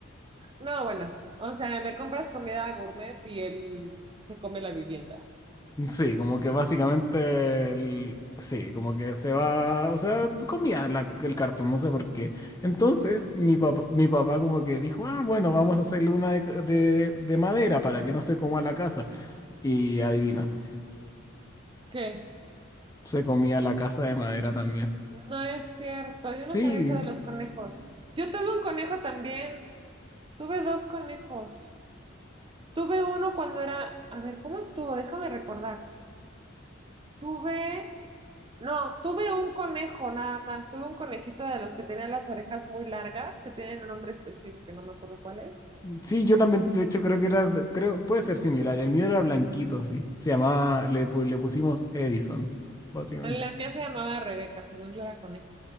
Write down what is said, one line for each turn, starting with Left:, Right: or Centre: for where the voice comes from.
Right: No, bueno, o sea, le compras comida a gourmet y él se come la vivienda.
Left: Sí, como que básicamente, el- sí, como que se va, o sea, comía la- el cartón, no sé por qué. Entonces, mi papá, mi papá como que dijo, ah, bueno, vamos a hacerle una de, de- de madera para que no se coma la casa. Y adivina,
Right: ¿Qué?
Left: se comía la casa de madera también.
Right: No es cierto, yo
Left: Sí,
Right: no sabía eso de los conejos. Yo tuve un conejo también, tuve dos conejos. Tuve uno cuando era, a ver, ¿cómo estuvo? Déjame recordar. Tuve, no, tuve un conejo nada más. Tuve un conejito de los que tenían las orejas muy largas, que tienen un nombre específico que no me acuerdo cuál es.
Left: sí, yo también, de hecho, creo que era, creo, puede ser similar. El mío era blanquito, sí. Se llamaba, le, pu- le pusimos Edison, básicamente.
Right: La mía se llamaba Rebeca, según yo era coneja.